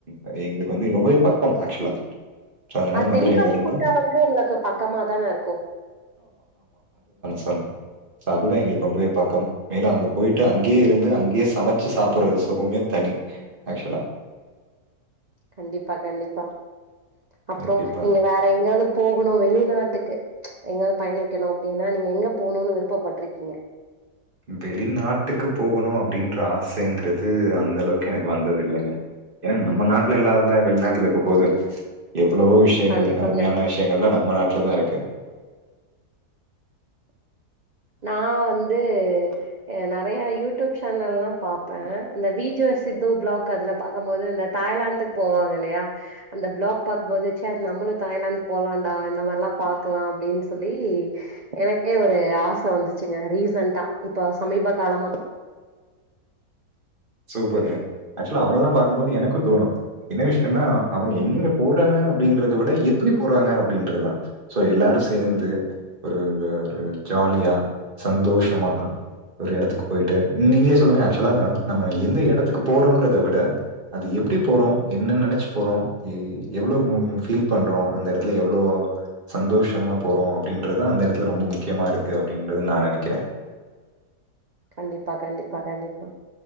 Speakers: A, on the right; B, on the right.
A: அ எங்களுக்கு வந்து ரொம்பவே பக்கம் ஆக்சுவலா சோ அதனால
B: அ
A: மதுரையில
B: தென்காசி
A: இருந்து
B: குற்றாலம் கூட உங்களுக்கு பக்கமாதான இருக்கும்
A: தண்ணி சோ அதுதான் எங்களுக்கு ரொம்பவே பக்கம் மேலு அங்க போயிட்டு அங்கேயே இருந்து அங்கேயே சமச்சு சாப்பிட்றது சுகமே தனி ஆக்சுவலா
B: கண்டிப்பா கண்டிப்பா அப்றொ
A: கண்டிப்பா.
B: நீங்க வேற எங்யாவது போகணு வெளிநாட்டுக்கு எங்காவது பயணிக்கணு அப்டின்னா நீங்க எங்க போணுன்னு விருப்பப்பட்ருக்கீங்க
A: வெளிநாட்டுக்கு போகணு அப்டின்ற ஆசைங்கிறது அந்த அளவுக்கு எனக்கு வந்தது இல்லைங்க ஏன்னா நம்ப நாட்ல இல்லாததா வெளிநாட்ல இருக்க போது எவ் வ்ளோ விஷயங்கள்
B: கண்டிப்பாங்க
A: அருமையான விஷயங்கள்லா நம்ம நாட்ல தா இருக்கு
B: நா வந்து அ நெறையா யூடியூப் ஷேனல்லா பாப்பேன் இந்த விஜே சித்து பிளாக் அதுல பாக்கும் போது இந்த தாய்லாந்துக்கு போவாங்க இல்லையா அந்த பிளாக் பாக்கும் போது ச்ச நம்மளு தாய்லாந்து போலான்டா இந்த மாரில்லா பாக்கலா அப்டின்னு சொல்லி எனக்கே ஒரு ஆச இப்ப வந்துச்சுங்க ரீசண்டா இப்ப சமீப காலமா
A: சூப்பருங்க ஆக்சுவலா அவுங்கலெல்லா பாக்கும்போது எனக்கும் தோணு என்ன விஷயொன்னா அவங்க எங்கெங்க போறாங்க அப்டிங்கறத விட எப்டி போறாங்க அப்டின்றதுதான் சோ எல்லாரு சேந்து ஒரு அ ஒரு ஜாலியா சந்தோஷமா ஒரு எடத்துக்கு போயிட்டு நீங்களே சொல்லுங்க ஆக்சுவலா நம்ம எந்த எடத்துக்கு போறோங்கிறத விட அது எப்டி போறோ என்ன நெனச்சு போறோ எ எவ்வளவு ஃபீல் பண்றோ அந்த எடத்துல எவ்வளவு சந்தோஷமா போறோ அப்டின்றதா அந்த எடத்துல ரொம்ப முக்கியமா இருக்கு அப்டின்றது நா நெனைக்கிறே
B: கண்டிப்பா கண்டிப்பா கண்டிப்பா